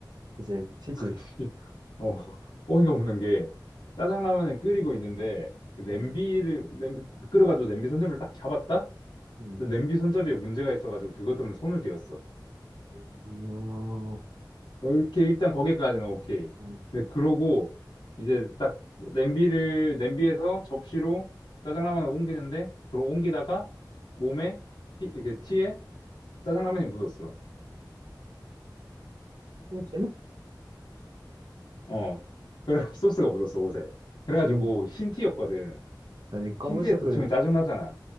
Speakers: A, on the right; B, on the left.
A: 그치, 튀지.
B: 근데 <laughs> 어, 어이가 없는 게 짜장라면을
A: 음,
B: 끓이고 있는데 그 냄비를
A: 음,
B: 냄 끓여가지고 냄비 손잡이를 딱 잡았다?
A: 음,
B: 근데 냄비 손잡이에 문제가 있어가지고 그것 때문에 손을 뒤었어.
A: 음,
B: 이렇게 일단 거기까지는 오케이.
A: 음,
B: 근데 그러고 이제 딱 냄비를 냄비에서 접시로 짜장라면을 옮기는데 그걸 옮기다가
A: 음,
B: 몸에
A: 아,
B: 티, 이렇게 티에 짜장라면이
A: 아.
B: 묻었어.
A: 뭐지?
B: 어, 그래 <laughs> 소스가 묻었어 옷에. 그래가지고
A: 음,
B: 흰 티였거든.
A: 아니 검은색을
B: 흰 티에 도치면
A: 입-
B: 짜증나잖아.